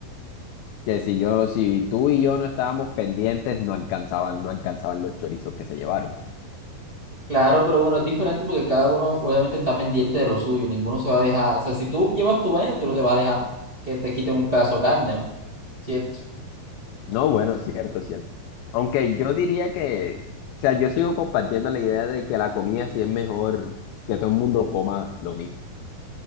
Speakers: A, on the left; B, on the right.
A: Que si yo, si tú y yo no estábamos pendientes, no alcanzaban, no alcanzaban los chorizos que se llevaron.
B: Claro, pero bueno, es diferente porque cada uno obviamente está pendiente de lo suyo. Ninguno se va a dejar. O sea, si tú llevas tu vaina, tú no te vas a dejar que te quiten un pedazo de carne. ¿no? ¿Cierto?
A: No, bueno, cierto, cierto. Aunque yo diría que, o sea, yo sigo compartiendo la idea de que la comida sí es mejor que todo el mundo coma lo mismo,